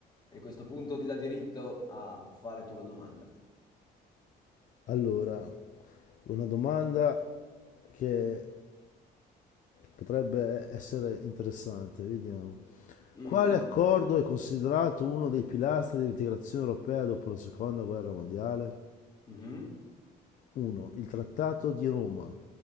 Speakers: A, on the left; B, on the left.
A: E questo punto ti dà diritto a fare tu la domanda.
B: allora, una domanda che potrebbe essere interessante, vediamo.
A: Mm.
B: Quale accordo è considerato uno dei pilastri dell'integrazione europea dopo la Seconda Guerra Mondiale?
A: Mhm,
B: 1. Il Trattato di Roma.